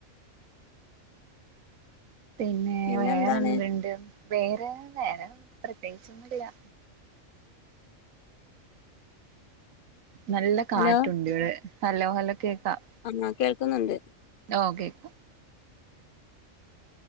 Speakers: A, on the right (about 85°); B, on the left (about 65°).
A: പിന്നെ
B: പിന്നെന്താണ്
A: വെറെ എന്ത് ഇണ്ട് വെറെ നേരം പ്രത്യേകിച്ച് ഒന്നും ഇല്ലാ നല്ല കാറ്റുണ്ട്
B: ഹലോ
A: ഇവിടെ നല്ല പോലെ കേക്കാം
B: ആഹ് ആഹ് കേൾക്കുന്നുണ്ട്
A: ഓഹ് കേക്കാം